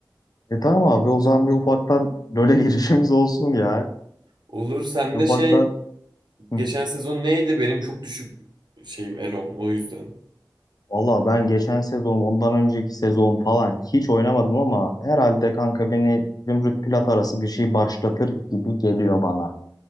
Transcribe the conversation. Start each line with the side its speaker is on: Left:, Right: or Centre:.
Left: E tamam abi o zaman bir ufaktan LoL'e <laughs> girişimiz olsun ya.
Right: Olur sen
Left: Bir ufaktan.
Right: de şey
Left: Hı.
Right: geçen sezon neydi benim çok düşük şeyim Elom o yüzden.
Left: Valla ben geçen sezon, ondan önceki sezon falan hiç oynamadım ama herhalde kanka beni Zümrüt Pilat arası bir şey başlatır gibi geliyor bana.